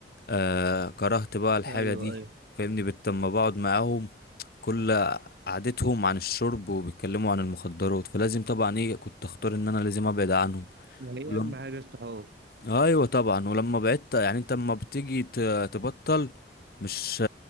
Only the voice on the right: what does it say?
أيوه
أيوه
ما هي
أهم حاجة الصحاب